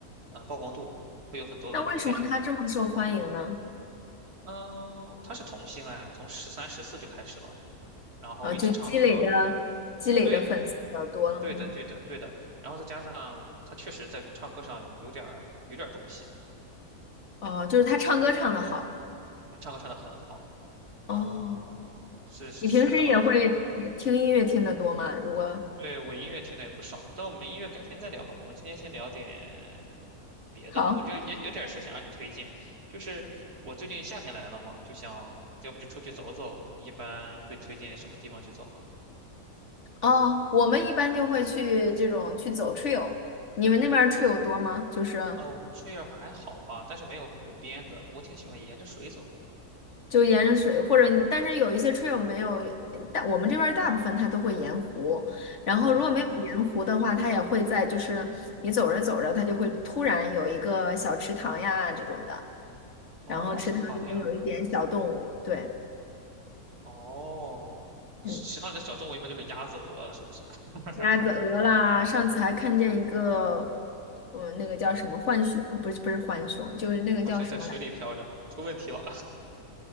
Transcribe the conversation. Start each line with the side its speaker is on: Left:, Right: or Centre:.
Right: 呃曝光度，会有很多的流量。
Left: 那为什么他这么受欢迎呢？
Right: 嗯，他是童星哎，从十三、十四就开始了，然后一直唱歌。
Left: 哦，就积累的积累的粉丝比较多了，
Right: 对，对的，
Left: 嗯，
Right: 对的，对的。然后再加上他确实在唱歌上有点儿有点儿东西，
Left: 哦，就是他唱歌唱的好。
Right: 他唱歌唱得很好，
Left: 哦，
Right: 嗯，是是数得着的好。
Left: 你平时也会也听音乐听的多吗？如果
Right: 对，我音乐听的也不少，但我们音乐改天再聊吧。我们今天先聊点别的，
Left: 好。
Right: 我就也有点事想让你推荐，就是我最近夏天来了嘛，就想要不就出去走走。你一般会推荐什么地方去走呢？
Left: 哦，我们一般就会去这种去走 trail，你们那边儿 trail 多吗？就是
Right: 啊，我们这儿还好吧，但是没有湖边的，我挺喜欢沿着水走的。
Left: 就沿着水，或者但是有一些 trail 没有，但我们这边儿大部分它都会沿湖，然后如果没有沿湖的话，
Right: 嗯，
Left: 它也会在就是你走着走着，它就会突然有一个小池塘呀这种的，
Right: 哦，
Left: 然后池塘里面有一点小动物，
Right: 那挺好的呀。
Left: 对，
Right: 哦，
Left: 嗯，
Right: 池塘里的小动物一般就是鸭子、鹅，是不是？<laughs>
Left: 鸭子、鹅啦，上次还看见一个，嗯，那个叫什么浣熊，不是不是浣熊，就是那个叫什么来着
Right: 而且在水里飘着，出问题了。